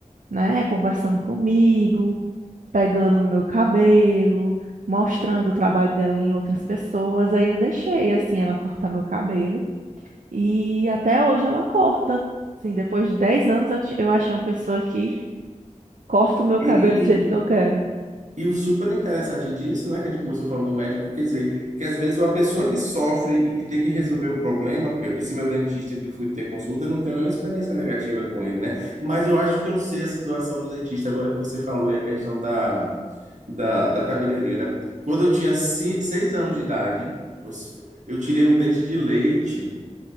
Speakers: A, on the right (about 80°); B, on the right (about 70°).
A: né, conversando comigo, pegando no meu cabelo. Mostrando o trabalho dela em outras pessoas, aí eu deixei assim ela cortar meu cabelo. E até hoje ela corta. Assim, depois de 10 anos eu, ti- eu achei uma pessoa que corta o meu
B: E,
A: cabelo do
B: e,
A: jeito que eu quero.
B: E o super interessante disso, né, que a gente começou falando do médico, quer dizer, que às vezes a pessoa que sofre e que tem que resolver o problema, porque esse meu dentista que fui ter consulta, eu não tenho nenhuma experiência negativa com ele, né? Mas eu acho que eu sei a situação do dentista, agora que você falou, é a questão da, da, da cabeleireira. Quando eu tinha ci- seis anos de idade, eu, s- eu tirei um dente de leite